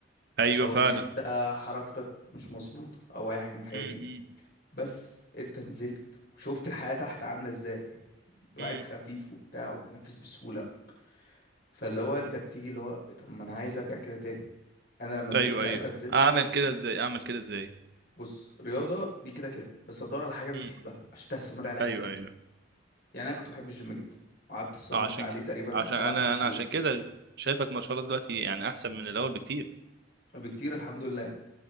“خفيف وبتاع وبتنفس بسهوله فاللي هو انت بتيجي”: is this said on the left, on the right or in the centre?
Left